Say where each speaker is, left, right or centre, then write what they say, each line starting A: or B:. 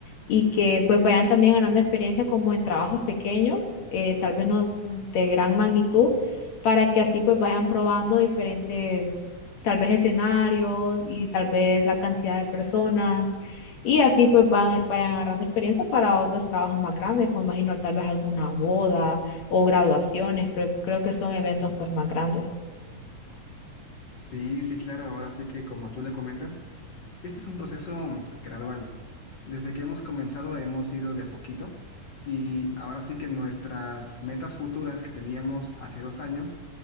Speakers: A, on the left (about 65°); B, on the left (about 45°).
A: y que pues vayan también ganando experiencia como en trabajos pequeños, eh, tal vez no de gran magnitud, para que así pues vayan probando diferentes, tal vez escenarios y tal vez la cantidad de personas y así pues van, vayan agarrando experiencia para otros trabajos más grandes, me imagino tal vez alguna boda o graduaciones, creo, creo que son eventos pues más grandes.
B: Sí, sí, claro, ahora sí que como tú le comentas, este es un proceso gradual. Desde que hemos comenzado hemos ido de a poquito y ahora sí que nuestras metas futuras que teníamos hace dos años,